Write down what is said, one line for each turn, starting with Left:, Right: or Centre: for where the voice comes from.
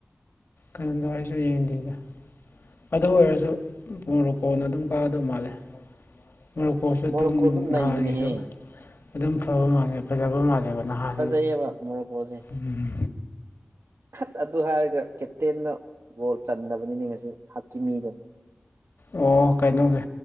Left: ꯀꯗꯏꯁꯨ ꯌꯗꯤ ꯏꯗ ꯑꯗꯨ ꯑꯣꯏꯔꯁꯨ ꯄꯣꯔꯣꯀꯣꯟꯅ ꯑꯗꯨꯝ ꯀꯥꯒꯗꯧ ꯃꯥꯜꯂꯦ ꯃꯔꯣꯛꯀꯣꯁꯨ ꯑꯗꯨꯝ
Right: ꯃꯣꯔꯣꯀꯣ ꯅꯩꯕꯅꯦꯍꯦ
Left: ꯅꯍꯥꯟꯒꯤꯁꯨ ꯑꯗꯨꯝ ꯐꯕ ꯃꯥꯜꯂꯦ ꯐꯖꯕ ꯃꯥꯜꯂꯦꯕ ꯅꯍꯥꯟ
Right: ꯐꯖꯩꯌꯦꯕ ꯃꯣꯔꯣꯀꯣꯁꯦ
Left: ꯎꯝ
Right: ꯑꯁ ꯑꯗꯨ ꯍꯥꯏꯔꯒ ꯀꯦꯞꯇꯦꯟꯅ ꯕꯣꯜ ꯆꯟꯗꯕꯅꯤꯅꯦ ꯉꯁꯤ ꯍꯛꯀꯤ ꯃꯤꯗꯣ
Left: ꯑꯣ ꯀꯩꯅꯣꯒꯤ